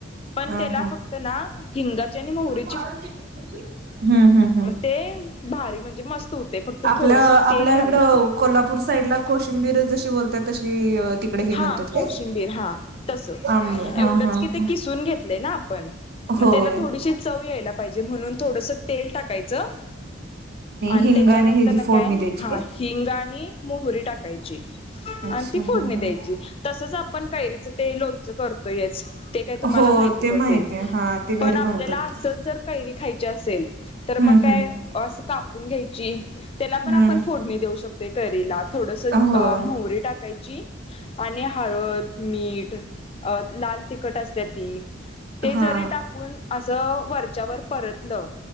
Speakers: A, on the left (about 30°); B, on the right (about 50°).
A: <inaudible> पण
B: हां,
A: त्याला फक्त ना हिंगाचे आणि मोहरी
B: हम्म हम्म हम्म
A: ते भारी म्हणजे मस्त होते फक्त
B: आपल्या
A: थोडस
B: आपल्या
A: तेल घालायचं
B: इकडं कोल्हापूर साईड ला कोशिंबीर जशी बोलतात. तशी तिकडे हे
A: हा
B: म्हणतात
A: कोशिंबीर
B: काय?
A: हा तस एवढंच
B: आंब हां, हां,
A: की ते
B: हां.
A: किसून घेत आपण
B: होय
A: तेला थोडंस चव याला पाहिजे म्हणून- थोडस तेल टाकायचं आणि
B: हिंगाने
A: त्याच्यानंतर
B: ह्याची
A: न
B: फोडणी
A: काय
B: द्यायची
A: हा
B: काय?
A: हिंग आणि मोहरी टाकायची,
B: अच्छा
A: आणि ती फोडणी
B: हा
A: द्यायची
B: हा.
A: तसंच आपण कैरीचं ते लोणच करतो. ते काय तुम्हाला
B: हो
A: माहितच
B: ते
A: असेल
B: माहित आहे हा ते घरी
A: पण आपल्याला,
B: बनवतात.
A: अस जर कैरी खायची असेल, तर मग
B: हम्म
A: काय
B: हम्म
A: अस कापून घ्यायची त्याला पण
B: हम्म
A: आपण फोडणी देऊ शकतोय कैरीला थोडस
B: होय
A: मोहरी टाकायची., <unintelligible> आणि हळद मीठ लाल तिखट असते ती- ते
B: हा
A: जरी टाकून अस वरच्यावर परतलं